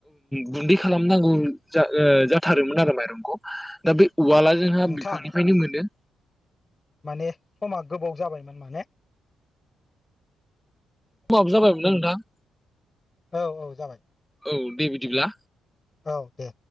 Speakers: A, in the centre; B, on the left (about 30°).
A: गुन्दै खालामनांगौ जायो जाथारोममोन आरो माइरंखौ दा बे उवाला जोंहा
B: नोंथां
A: बिफांनिफ्रायनो मोनो
B: माने समा गोबाव जाबायमोन माने
A: समाबो जाबायमोनना नोंथां
B: औ-औ जाबाय
A: औ दे बिदिब्ला
B: औ दे